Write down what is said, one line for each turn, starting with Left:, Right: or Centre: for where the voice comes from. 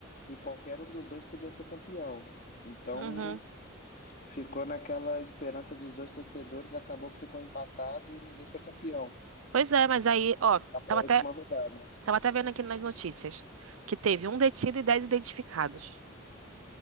Left: e qualquer um dos dois podia ser campeão. Então
Right: Uhum.
Left: ficou naquela esperança dos dois torcedores, acabou que ficou empatado e ninguém foi campeão.
Right: Pois é, mas aí, ó,
Left: Tá pra
Right: tava
Left: última
Right: até,
Left: rodada.
Right: tava até vendo aqui nas notícias que teve um detido e 10 identificados.